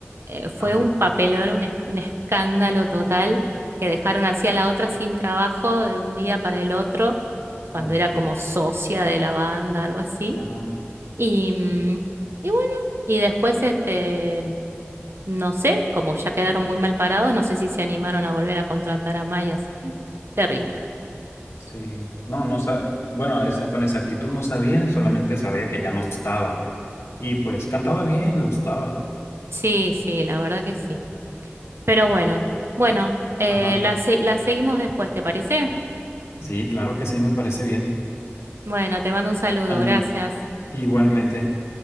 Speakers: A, on the right (about 65°); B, on the left (about 85°).
A: eh, fue
B: Ajá.
A: un papelón, un, es- un escándalo total, que dejaron así a la otra sin trabajo de un día para el otro, cuando
B: Ay,
A: era
B: Dios.
A: como socia de la banda, algo así.
B: Ajá.
A: Y, mm, y bueno, y después, este, no sé, como ya quedaron muy mal parados, no sé si se animaron a volver a contratar a Maya, así que terrible.
B: Sí, no, no sabía, bueno, esa, con exactitud no sabía, solamente sabía que ya no estaba. Y pues cantaba bien, me gustaba.
A: Sí, sí, la verdad que sí. Pero bueno, bueno, eh,
B: Ajá.
A: la, se- la seguimos después, ¿te parece?
B: Sí, claro que sí, me parece bien.
A: Bueno, te mando un saludo,
B: Ahí,
A: gracias.
B: igualmente.